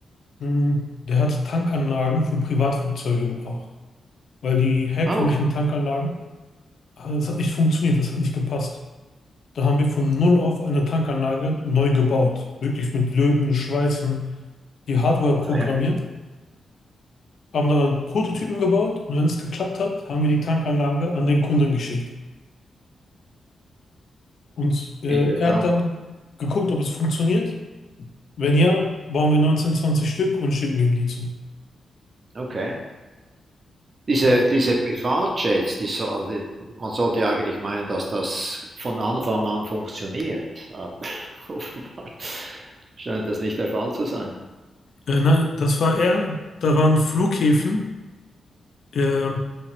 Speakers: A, on the left; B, on the right.
A: Hm, Der hat Tankanlagen für Privatflugzeuge gebraucht, weil die herkömmlichen
B: ah, okay.
A: Tankanlagen, ah, das hat nicht funktioniert, das hat nicht gepasst. Da haben wir von null auf eine Tankanlage neu gebaut, wirklich mit Löten, Schweißen, die Hardware
B: Ja,
A: programmieren,
B: ja.
A: haben dann Prototypen gebaut und wenn es geklappt hat, haben wir die Tankanlage an den Kunden geschickt. Und äh,
B: Interessant.
A: er hat dann geguckt, ob es funktioniert. Wenn ja, bauen wir 19, 20 Stück und schicken ihm die zu.
B: Okay. Diese,
A: Genau.
B: diese Privatjets, die so, also man sollte ja eigentlich meinen, dass das von Anfang an funktioniert, aber <laughs> offenbar scheint das nicht der Fall zu sein.
A: Äh, nein, das war er. Da waren Flughäfen. äh,